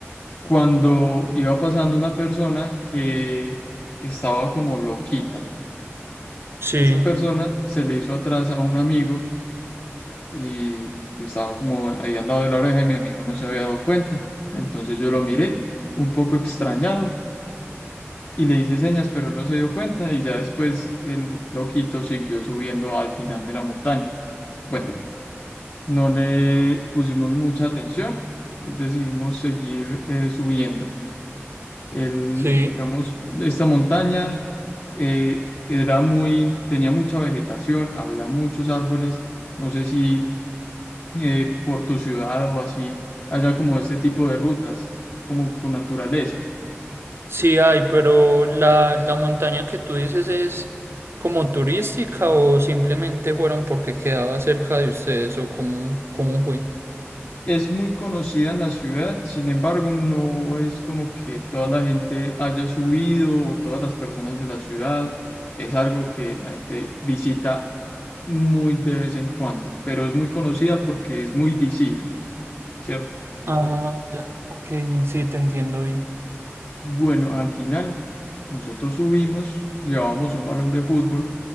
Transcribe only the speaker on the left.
cuando iba pasando una persona que estaba como loquita.
Esa persona se le hizo atrás a un amigo y estaba como ahí al lado de la oreja y mi amigo no se había dado cuenta. Entonces yo lo miré un poco extrañado y le hice señas, pero él no se dio cuenta y ya después el loquito siguió subiendo al final de la montaña. Bueno, no le pusimos mucha atención, pues decidimos seguir eh, subiendo. El,
digamos, esta montaña eh, era muy, tenía mucha vegetación, había muchos árboles. No sé si eh, por tu ciudad o así haya como este tipo de rutas, como con naturaleza.
Es muy conocida en la ciudad, sin embargo, no es como que toda la gente haya subido o todas las personas de la ciudad. Es algo que la gente visita muy de vez en cuando, pero es muy conocida porque es muy visible, ¿cierto?
Bueno, al final nosotros subimos, llevábamos un balón de fútbol,